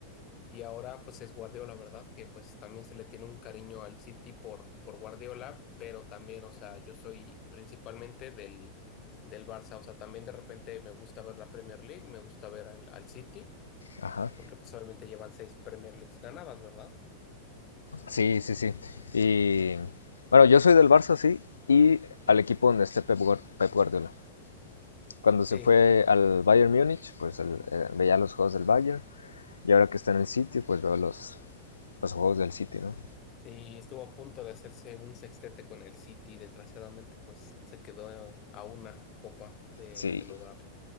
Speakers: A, on the left; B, on the left.
A: Y ahora pues es Guardiola, ¿verdad? Que pues también se le tiene un cariño al City por, por Guardiola, pero también, o sea, yo soy principalmente del, del Barça, o sea, también de repente me gusta ver la Premier League, me gusta ver al, al City,
B: Ajá.
A: porque pues obviamente llevan seis Premier Leagues ganadas, ¿verdad?
B: Sí, sí, sí. Y bueno, yo soy del Barça, sí, y al equipo donde esté Pep, Guar- Pep Guardiola. Cuando
A: Sí,
B: se fue al Bayern Múnich, pues el- eh, veía los juegos del Bayern. Y ahora que está en el City, pues veo los, los juegos del City, ¿no?
A: sí, estuvo a punto de hacerse un sextete con el City, desgraciadamente, pues se quedó a una copa de,
B: Sí,
A: de lograrlo.